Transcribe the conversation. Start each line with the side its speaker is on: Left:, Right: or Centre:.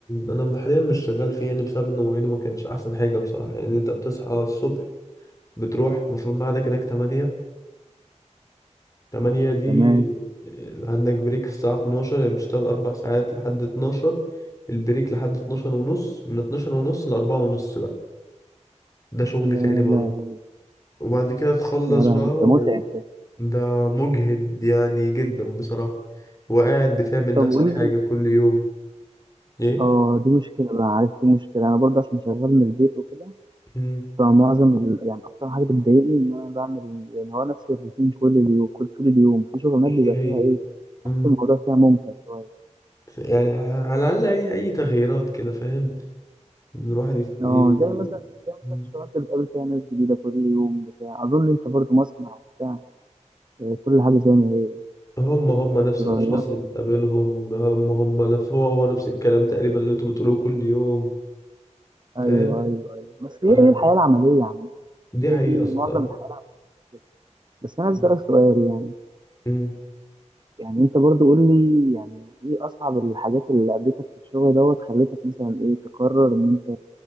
Left: أنا حاليا مش شغال فيه يعني بسبب إن مواعيده ما كانتش أحسن حاجة بصراحة يعني أنت بتصحى الصبح بتروح المفروض ميعادك هناك تمانية تمانية دي
Right: تمام
Left: آه، عندك بريك الساعة 12 يعني بتشتغل أربع ساعات لحد 12 البريك لحد 12 ونص من 12 ونص لأربعة ونص بقى ده شغل
Right: يا
Left: تاني برضه
Right: لا
Left: وبعد كده تخلص
Right: يا لهوي
Left: بقى و...
Right: ده متعب ده
Left: ده مجهد يعني جدا بصراحة وقاعد بتعمل
Right: طب
Left: نفس
Right: قول
Left: الحاجة
Right: لي
Left: كل يوم ايه
Right: اه دي مشكله بقى عارف دي مشكله انا برضه عشان شغال من البيت وكده
Left: مم.
Right: فمعظم ال... يعني اكتر حاجه بتضايقني ان انا بعمل يعني هو نفس الروتين كل اليوم كل طول اليوم في شغلانات
Left: هي
Right: بيبقى
Left: هي
Right: فيها ايه
Left: مم.
Right: بحس الموضوع فيها ممتع شويه
Left: ف- يعني على الأقل أي أي تغييرات كده فاهم إن الواحد يت... ي-
Right: اه زي مثلا زي
Left: مم.
Right: مثلا الشغلات اللي بتقابل فيها ناس جديده كل يوم بتاع اظن انت برضه مصنع وبتاع آه، كل حاجه زي ما هي
Left: هم هم نفس
Right: <laughs> بتتغير
Left: الأشخاص اللي بتقابلهم هم هم نفس هو هو نفس الكلام تقريبا اللي أنتوا بتقولوه كل يوم
Right: ايوه
Left: فاهم
Right: ايوه ايوه بس
Left: فالحاجة-
Right: هي دي الحياه العمليه عامه
Left: دي
Right: هي
Left: حقيقة
Right: دي
Left: الصراحة
Right: معظم الحياة على فكرة. بس أنا عايز
Left: مم.
Right: أسألك سؤال يعني
Left: مم.
Right: يعني أنت برضو قول لي يعني إيه أصعب الحاجات اللي قابلتك في الشغل دوت خلتك مثلا إيه تقرر إن أنت